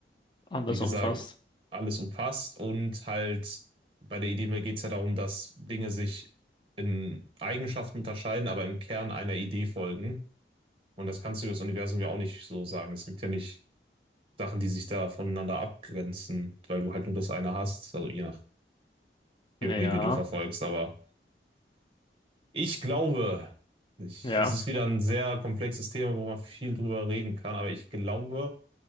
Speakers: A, on the left; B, on the right.
A: anders
B: wie gesagt,
A: umfasst.
B: alles umfasst und halt bei der Idee geht es ja darum, dass Dinge sich in Eigenschaften unterscheiden, aber im Kern einer Idee folgen. Und das kannst du über das Universum ja auch nicht so sagen. Es gibt ja nicht Sachen, die sich da voneinander abgrenzen, weil du halt nur das eine hast. Also je nach Theorie,
A: Ja,
B: die du verfolgst. Aber ich glaube, ich,
A: ja.
B: es ist wieder ein sehr komplexes Thema, wo man viel drüber reden kann, aber ich glaube,